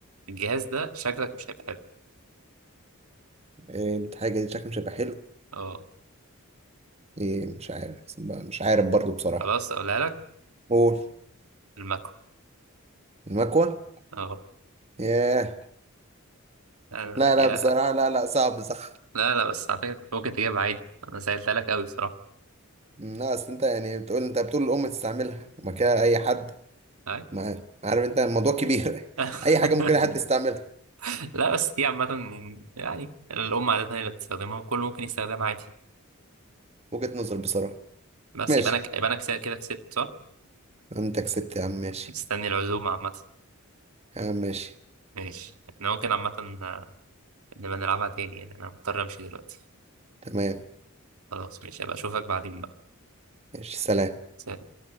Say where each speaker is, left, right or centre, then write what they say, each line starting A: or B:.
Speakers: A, on the right (about 85°); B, on the right (about 30°).
A: الجهاز ده شكلك مش هيبقى حلو
B: إيه الحاجه دي شكلها مش هيبقى حلو
A: أه
B: ايه مش عارف مش عارف برضو بصراحه
A: خلاص أقولها لك
B: قول
A: الماكو
B: المكوه
A: أه
B: ياه
A: آه،
B: لا
A: يا
B: لا بصراحه لا لا صعب صح
A: لا لا بس على فكرة كنت ممكن تجيبها عادي أنا سهلتها لك أوي بصراحة
B: أمم، لا اصل انت يعني بتقول انت بتقول الام تستعملها وما كده اي حد
A: أي.
B: ما عارف انت الموضوع كبير
A: <laughs>
B: <laughs> اي حاجه ممكن اي حد يستعملها
A: لا بس دي عامة يعني الأم عادة هي اللي بتستخدمها وكل ممكن يستخدمها عادي
B: وجهه نظر بصراحه
A: بس
B: ماشي
A: يبقى أنا يبقى أنا كده كده كسبت صح؟
B: انت كسبت يا عم ماشي
A: مستني العزومة عامة
B: يا عم ماشي
A: ماشي احنا ممكن عامة نبقى نلعبها تاني يعني انا مضطر امشي دلوقتي
B: تمام
A: خلاص ماشي ابقى اشوفك بعدين بقى
B: ماشي سلام
A: سلام